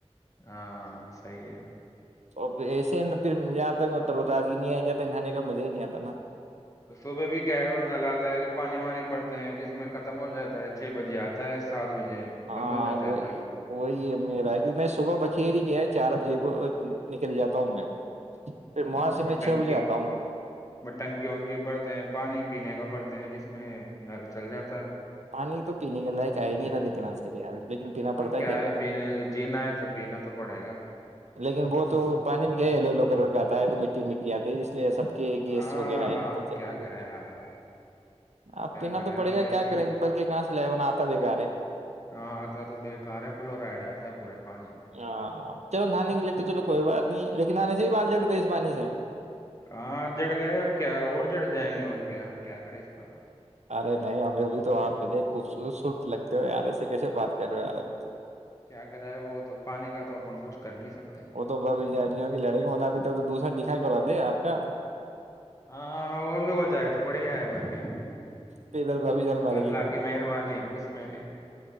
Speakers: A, on the left; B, on the right.
A: ہاں صی ہے
B: اورھر ایسے نا پھر جاں تکتا آج نہیں آ جاں تک نہانے کا مزہ ہی نہیں آتا نا
A: صبح بھی کیا ہے نل آتا ہے جو پانی وانی بڑتے ہیں جس میں ختم ہو جاتا ہے چھ بجے آتا ہے سات بجے
B: ہاں
A: بند ہو جاتا
B: وہی
A: ہے نل
B: وہی ہے میرا کیکہ میں صبح بکھیر ہی گیا چار بجے کو نکل جاتا ہوں میں پھر وہاں سے
A: بٹنکی
B: میں چھ بجے آتا ہوں
A: ب ٹنکیوں کے برتے ہیں پانی پینے کا برتن ہیں جس میں نل چل جاتا ہے
B: پانی تو پینے کے لائق آیا نہیں تھا لیکن آج کل ار لیکن پینا
A: تو
B: پڑتا ہے کیا کریں
A: پینا جینا ہے تو پینا تو پڑے گا
B: لیکن وہ تو پانی میں کیا ہے لو لو کلر کا آتا ہے تو مٹی مٹی آتی ہے اس لیے ساب کہ گیس
A: ہاں
B: وغیرہ یہ دقت
A: آپ
B: چل
A: کیا
B: رہی
A: کریں یار آپ
B: آ
A: کیا
B: پینا
A: کریں
B: تو
A: آپ
B: پڑے
A: ویسے
B: گا کیا
A: ہی
B: کرے
A: ہے
B: گا بڑک کہاں سے لائے نہ آتا ب کارے
A: ہاں آتا تو بےیکار ہے فلورائڈ آتا ہے پورے پانی میں
B: ہاں چلو نانن لیے تو چلو کوئی بات نہیں لیکن آنے سے بھی بال جڑتے اس پانی سے
A: ہاں جڑ گئے اب کیا اور جڑ جائیں گے اور کیا اب کیا کریں اس کا تو
B: ارے نہیں ہمیں ابھی تو آپ بے خوبصصوت لگتے ہو یارے سے کیسے بات کر رہے ہو یار ا تو
A: کیا کر رہا ہے وہ تو پانی کا تو اپ کچھ کر نہیں سکتے
B: وہ تو ب ا جج ہوگیڑیں گے انہ ابھی تک تو دوسرا کیا کرا دے آپ کیاپ
A: ہاں وہ بھی ہو جائے تو بڑی ہے اور کیا
B: پھر ادھر بھابھی جان مارے
A: اللہ
B: گی تو
A: کی مہربانی اس میں بھی